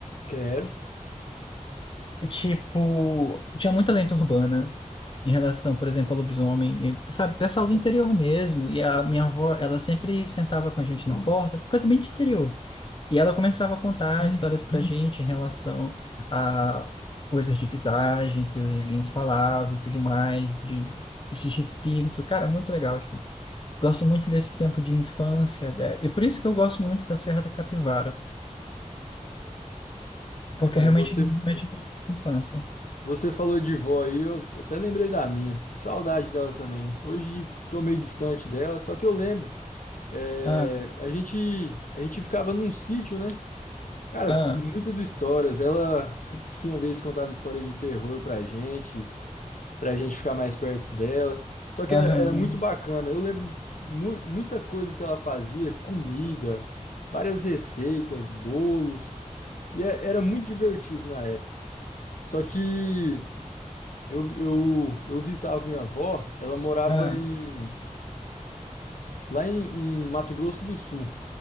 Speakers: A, on the left; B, on the left.
A: Quero.
B: Tipo, tinha muita lenda urbana em relação, por exemplo, ao lobisomem, e, sabe, pessoal do interior mesmo. E a minha avó, ela sempre sentava com a gente na porta, coisa bem de interior. E ela começava a contar histórias pra gente em relação a coisas de visagem que os vizinhos falavam e tudo mais, de, de espírito. Cara, muito legal, assim. Gosto muito desse tempo de infância, né? E por isso que eu gosto muito da Serra da Capivara,
A: Ah,
B: porque
A: cara,
B: realmente
A: você
B: me remete à infância.
A: você falou de vó aí, eu até lembrei da minha. Saudade dela também. Hoje tô meio distante dela, só que eu lembro. É,
B: Ah,
A: a gente a gente ficava num sítio, né? Cara,
B: ah,
A: muitas histórias. Ela <laughs> tinha vez contava história de terror pra gente. pra gente ficar mais perto dela. Só que
B: aham.
A: era, era muito bacana. Eu lembro mu- muita coisa que ela fazia, comida, várias receitas, bolos, e é- era muito divertido na época. Só que eu, eu, eu visitava minha avó, ela morava
B: É,
A: em, lá em, em Mato Grosso do Sul,